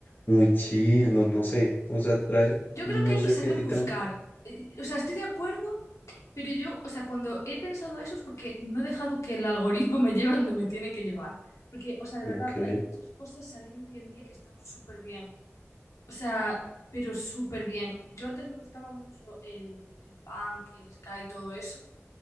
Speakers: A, on the left; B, on the left.
A: muy chill, no, no sé, o sea, trae,
B: Yo
A: no
B: creo que hay
A: sé
B: que saber
A: si a ti
B: buscar.
A: también,
B: Eh, O sea, estoy de acuerdo, pero yo, o sea, cuando he pensado eso es porque no he dejado que el algoritmo me lleve a donde me tiene que llevar. Porque, o sea, de
A: ok,
B: verdad, hay muchas cosas saliendo hoy en día que están súper bien. O sea, pero súper bien. Yo antes me gustaba mucho el, el punk y el ska y todo eso.